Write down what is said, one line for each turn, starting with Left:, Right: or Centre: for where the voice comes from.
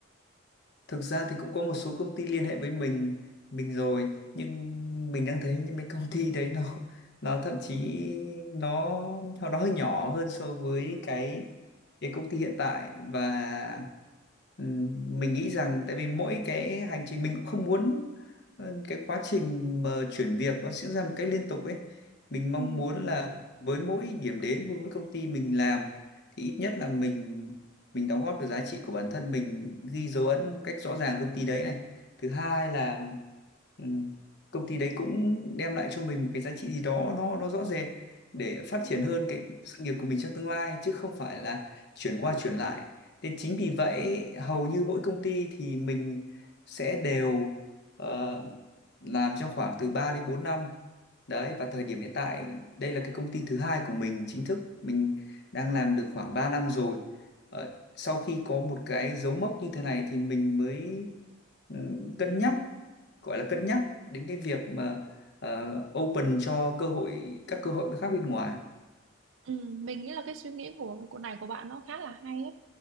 Left: Thực ra thì cũng có một số công ty liên hệ với mình mình rồi nhưng mình đang thấy những mấy công ty đấy nó nó thậm chí nó nó nó hơi nhỏ hơn so với cái cái công ty hiện tại và ừm, mình nghĩ rằng tại vì mỗi cái hành trình mình cũng không muốn ừ, cái quá trình mà chuyển việc nó diễn ra một cách liên tục ấy mình
Right: Ừ.
Left: mong muốn là với mỗi điểm đến với mỗi công ty mình làm thì ít nhất là mình mình đóng góp được giá trị của bản thân mình ghi dấu ấn một cách rõ ràng công ty đấy này thứ hai là ừm, công ty đấy cũng đem lại cho mình một cái giá trị gì đó nó nó rõ rệt để phát
Right: Ừ.
Left: triển hơn cái sự nghiệp của mình trong tương lai chứ không phải là chuyển qua chuyển lại nên chính vì vậy hầu như mỗi công ty thì mình sẽ đều ờ, làm trong khoảng từ ba đến bốn năm đấy và thời điểm hiện tại đây là cái công ty thứ hai của mình chính thức mình đang làm được khoảng 3 năm rồi Ờ, sau khi có một cái dấu mốc như thế này thì mình mới ừ, cân nhắc gọi là cân nhắc đến cái việc mà ờ, open cho cơ hội các cơ hội khác bên ngoài
Right: Ừ. Mình nghĩ là cái suy nghĩ của của này của bạn nó khá là hay á